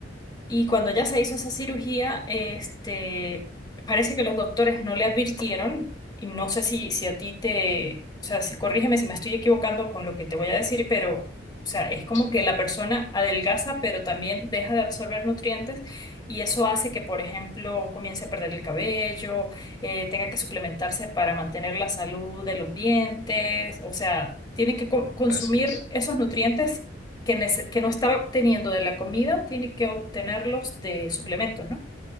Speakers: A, on the left; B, on the left.
A: Y cuando ella se hizo esa cirugía, este, parece que los doctores no le advirtieron, y no sé si, si a ti te, o sea, si, corrígeme si me estoy equivocando con lo que te voy a decir, pero, o sea, es como
B: Sí,
A: que la persona adelgaza, pero también deja de absorber nutrientes, y eso hace que, por ejemplo, comience a perder el cabello, eh, tenga que suplementarse para mantener la salud de los dientes, o sea, tiene que co- consumir
B: así es.
A: esos nutrientes que, nece- que no está obteniendo de la comida, tiene que obtenerlos de suplementos, ¿no?